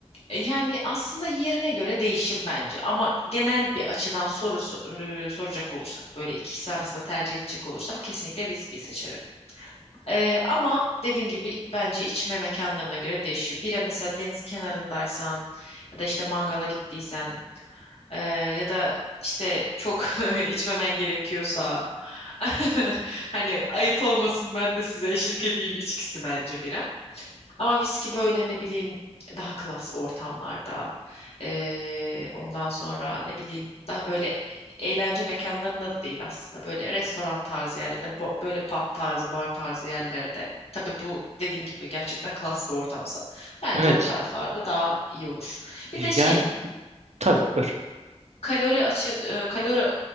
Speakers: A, on the left; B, on the right.
A: e, yani aslında yerine göre değişir bence ama genel bir açıdan soru so- e, soracak olursak böyle ikisi arasında tercih edecek olursam kesinlikle viskiyi seçerim. E, ama dediğim gibi bence içme mekanlarına göre değişiyor. Bira mesela deniz kenarındaysan ya da işte mangala gittiysen e, ya da işte çok <laughs> içmemen gerekiyorsa <laughs> Hani ayıp olmasın ben de size eşlik edeyim içkisi bence bira. Ama viski böyle ne bileyim daha klas ortamlarda. eee, ondan sonra ne bileyim daha böyle eğlence mekanlarında da değil aslında. Böyle restoran tarzı yerlerde, bo- böyle pub tarzı, bar tarzı yerlerde. Tabii bu dediğim gibi gerçekten klas bir ortamsa. Bence
B: Evet.
A: o taraflarda daha iyi olur. Bir de şey
B: Yani tabii buyur.
A: Kalori açı e, kalori